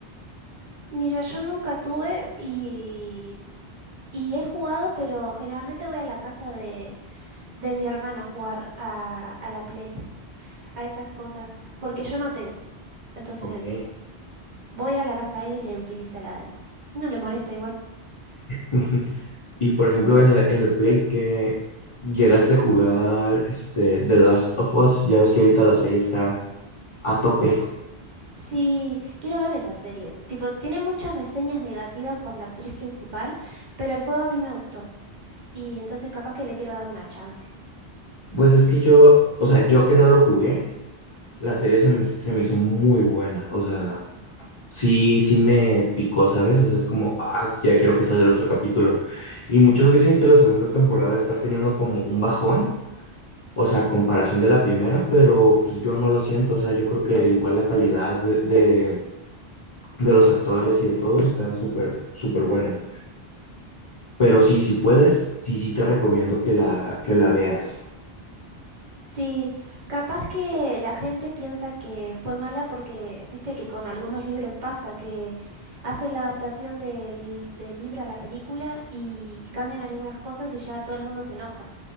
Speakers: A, on the right; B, on the left.
A: Mira, yo nunca tuve y, y he jugado, pero generalmente voy a la casa de, de mi hermano a jugar a, a la Play, a esas cosas, porque yo no tengo. Entonces,
B: Ok.
A: voy a la casa de él y le utiliza la de él. No le molesta igual.
B: <laughs> Y por ejemplo, en la- en el Play que llegaste a jugar este, The Last of Us, ya ves que ahorita la serie está a tope.
A: Sí, quiero ver esa serie. Tipo, tiene muchas reseñas negativas por la actriz principal, pero el juego a mí me gustó. Y entonces capaz que le quiero dar una chance.
B: Pues es que yo, o sea, yo que no lo jugué, la serie se me, se me hizo muy buena. O sea, sí, sí me picó, ¿sabes? O sea, es como, ah, ya quiero que salga el otro capítulo. Y muchos dicen que la segunda temporada está teniendo como un bajón, o sea, a comparación de la primera, pero pues yo no lo siento. O sea, yo creo que igual la calidad de, de los actores y de todo está súper, súper buena. Pero sí, si puedes,
A: Mira.
B: sí, sí te recomiendo que la, que la veas.
A: Sí, capaz que la gente piensa que fue mala porque, viste que con algunos libros pasa, que hacen la adaptación del, del libro a la película y cambian algunas cosas y ya todo el mundo se enoja.